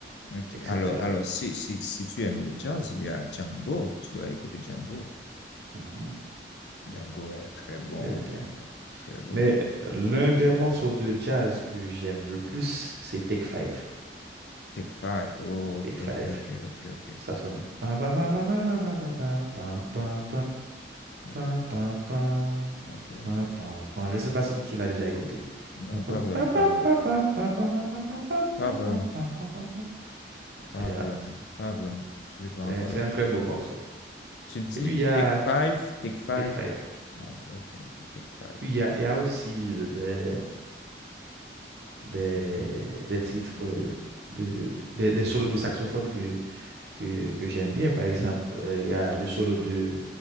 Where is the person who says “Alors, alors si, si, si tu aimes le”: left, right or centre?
Left